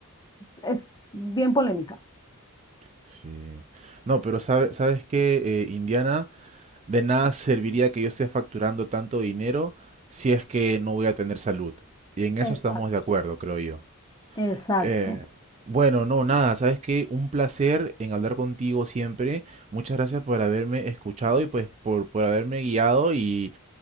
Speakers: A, on the left; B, on the right.
A: es bien polémica.
B: Sí. No, pero sabe- ¿sabes qué, eh, Indiana? De nada serviría que yo esté facturando tanto dinero si es que no voy a tener salud. Y en
A: Exacto.
B: eso estamos de acuerdo, creo yo.
A: Exacto.
B: Eh, bueno, no, nada, sabes que un placer en hablar contigo siempre. Muchas gracias por haberme escuchado y pues por, por haberme guiado y